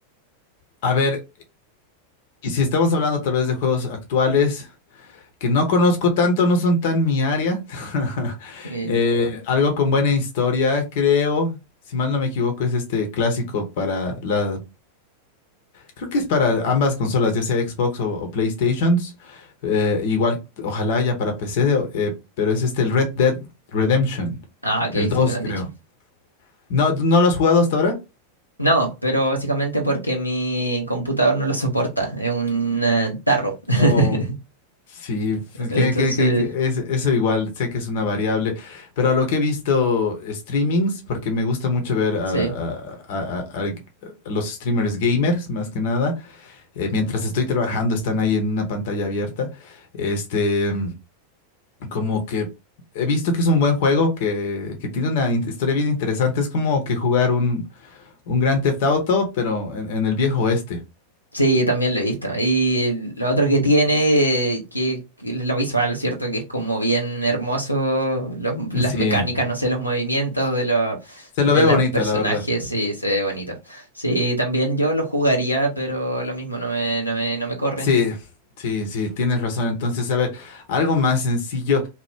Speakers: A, on the left; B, on the left.
A: A ver, y si estamos hablando tal vez de juegos actuales que no conozco tanto, no son tan mi área. <laughs>
B: Eh,
A: Eh, algo con buena historia, creo. Si mal no me equivoco, es este clásico para la Creo que es para ambas consolas, ya sea Xbox o, o PlayStations. Eh, igual, ojalá ya para PC, eh, pero es este el Red Dead Redemption.
B: Ah, ok,
A: El 2,
B: sí me lo han
A: creo.
B: dicho.
A: ¿No, no lo has jugado hasta ahora?
B: No, pero básicamente porque mi computador no lo soporta, es un eh, tarro. <laughs>
A: Oh, Sí, pues,
B: Entonces,
A: que, que- que- que es, eso igual, sé que es una variable, pero a lo que he visto streamings, porque me gusta mucho ver a,
B: sí,
A: a- a- a- a los streamers gamers, más que nada, eh, mientras estoy trabajando, están ahí en una pantalla abierta, este, como que he visto que es un buen juego, que, que tiene una in- historia bien interesante. Es como que jugar un, un Grand Theft Auto, pero en, en el viejo oeste.
B: sí, también lo he visto. Y lo otro que tiene, eh, que, que lo visual, ¿cierto? Que es como bien hermoso, los- las
A: Sí,
B: mecánicas, no sé, los movimientos de los,
A: se
B: de
A: lo ve
B: los
A: bonito,
B: personajes,
A: la verdad.
B: sí, se ve bonito. Sí, también yo lo jugaría, pero lo mismo, no me, no me, no me corre.
A: Sí, sí, sí, tienes razón. Entonces, a ver, algo más sencillo.